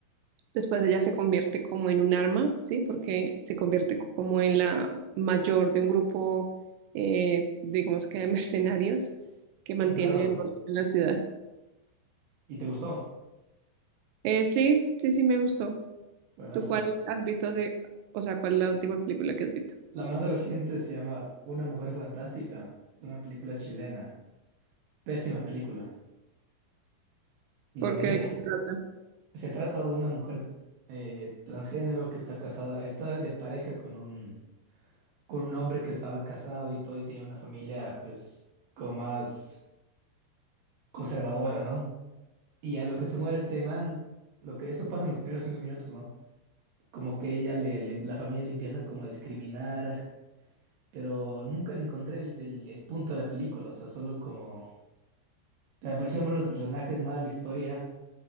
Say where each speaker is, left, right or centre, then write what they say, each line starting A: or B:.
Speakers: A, on the right; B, on the right.
A: después ella se convierte como en un arma, ¿sí? Porque se convierte como en la mayor de un grupo, eh, digamos que de <laughs> mercenarios que mantienen
B: Qué raro.
A: el orden en la ciudad.
B: ¿Y te gustó?
A: Eh, sí, sí, sí, me gustó.
B: Buenazo.
A: ¿Tú cuál has visto hace, o sea, cuál es la última película que has visto?
B: La más reciente se llama Una Mujer Fantástica. Es una película chilena. Pésima película. La
A: Porque
B: odié.
A: ¿de qué se trata?
B: Se trata de una mujer eh, transgénero que está casada, está de pareja con un con un hombre que estaba casado y todo y tenía una familia pues como más conservadora, ¿no? Y a lo que se muere este man, lo que eso pasa en los primeros cinco minutos, ¿no? Como que ella le, le- la familia le empieza como a discriminar, pero nunca le encontré el, el- el punto de la película, o sea, solo como me pareció mal los personajes, mal la historia,